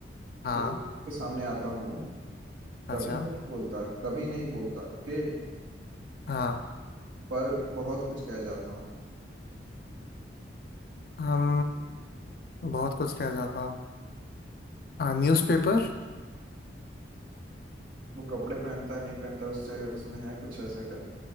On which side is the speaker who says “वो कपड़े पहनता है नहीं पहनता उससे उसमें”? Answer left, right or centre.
Right